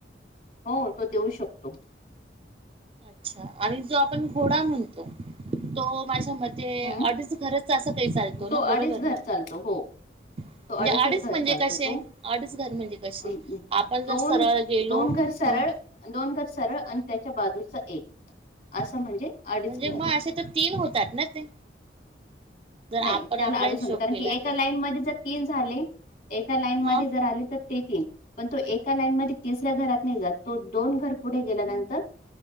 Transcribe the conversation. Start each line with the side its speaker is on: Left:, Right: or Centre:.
Left: हो तो देऊ शकतो
Right: अच्छा आणि जो आपण घोडा म्हणतो, तो माझ्या मते ते
Left: हम्
Right: अडीच घरच असं काही चालतो
Left: तो
Right: ना, बरोबर
Left: अडीच घर
Right: ना.
Left: चालतो हो
Right: म्हणजे
Left: तो अडीचच
Right: अडीच
Left: घर
Right: म्हणजे
Left: चालतो
Right: कसे
Left: तो
Right: अडीच घर म्हणजे कसे
Left: दोन
Right: आपण जर सरळ गेलो.
Left: दोन घर सरळ
Right: ह
Left: दोन घर सरळ आणि त्याच्या बाजूचा एक असं
Right: म्हणजे
Left: अडीच घर
Right: मग असे तर तीन होतात ना ते? जर
Left: नाही,
Right: आपण
Left: त्याला
Right: आपला
Left: अडीच
Right: हिशोब
Left: म्हणत कारण,
Right: केला
Left: की एका
Right: तर
Left: लाईन मध्ये जर तीन झाले. एका लाईन
Right: ह
Left: मध्ये जर आले तर ते तीन पण तो एका लाईन मध्ये तिसऱ्या घरात नाही जात. तो दोन घर पुढे गेल्यानंतर